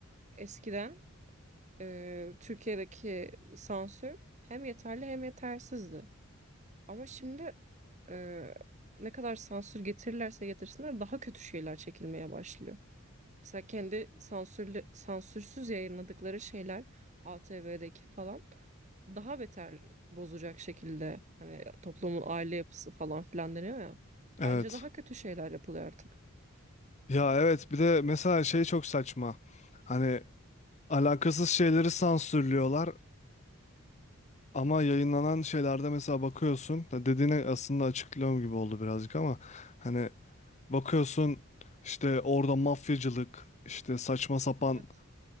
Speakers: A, on the right (about 30°); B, on the left (about 30°).
A: eskiden e, Türkiye'deki sansür hem yeterli hem yetersizdi. Ama şimdi e, ne kadar sansür getirirlerse getirsinler daha kötü şeyler çekilmeye başlıyor. Mesela kendi sansürlü, sansürsüz yayınladıkları şeyler ATV'deki falan daha beter bozacak şekilde hani toplumun aile yapısı falan filan deniyor ya.
B: Evet.
A: Bence daha kötü şeyler yapılıyor artık.
B: Ya evet bir de mesela şey çok saçma. Hani alakasız şeyleri sansürlüyorlar ama yayınlanan şeylerde mesela bakıyorsun. Ya Dediğine aslında açıklıyorum gibi oldu birazcık ama hani Bakıyorsun işte orada mafyacılık, işte saçma sapan
A: Evet,